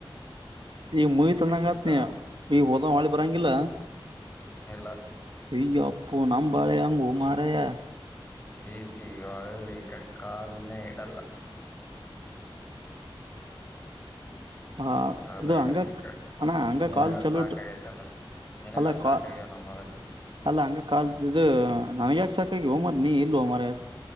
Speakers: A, on the right; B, on the left.
A: ಈಗ ಮೂವಿ ತಂದಂಗತ್
B: ತಿಕ್ಕಸ್ತಾರ
A: ನೀ
B: ಅವ್ರು
A: ಈಗ ಹೋದ ಮಳಿ ಬರಂಗಿಲ್ಲ
B: ಇಲ್ಲ
A: ಅಯ್ಯ ಅಪ್ಪು ನಂಬಾಳೆ ಹಂಗು ಮಾರೆಯ
B: ಈೀತಿ ಒಳ್ಳಿ ಕಡ್ಕಾಲ್ನೇ ಇಡಲ್ಲ
A: ಹಾ
B: ಕಾಲ
A: ಇದು
B: ಇಡಂಗ
A: ಹಂಗ
B: ಕ
A: ಅಣ್ಣ ಹಂಗ
B: ನಿನಗ
A: ಕಾಲ್ ಚಲೋಟ್
B: ಸಾಕಗತೆ ಅಲ್ಲ ನಿನಗ
A: ಅಲ್ಲ
B: ಸಾಕ
A: ಕಾ
B: ಆಗ್ಯವ ನ ಮೊದಲ
A: ಅಲ್ಲ ಹಂಗ ಕಾಲಲ್ದು ನನ್ ಯಾಕ ಸಾಕಾಗಿ ೋಮ್ರ ನೀ ಇಲ್ ಹೋ ಮಾರಯ